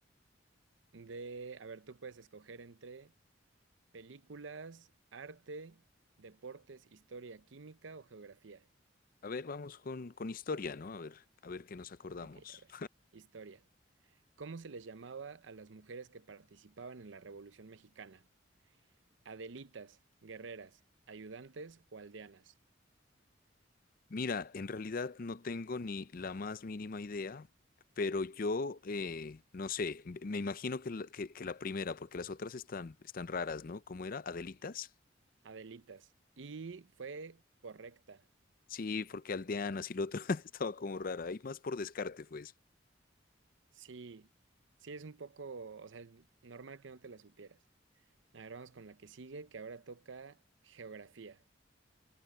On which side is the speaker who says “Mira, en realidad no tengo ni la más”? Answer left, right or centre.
Left